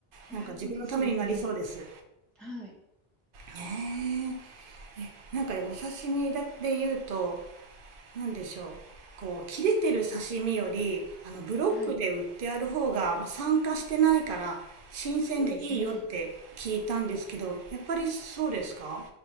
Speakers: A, in the centre; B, on the right (about 60°).
A: いやー、
B: なんか自分のためになりそうです。
A: ほんとそうですね。はい、
B: ねえ、え、なんかお刺身だって言うと、なんでしょう。こう、切れてる刺身より、あの、ブロックで売ってある方が、
A: はい。
B: まあ酸化してないから、新鮮でいいよって聞いたんですけど、
A: そうですね。
B: やっぱりそうですか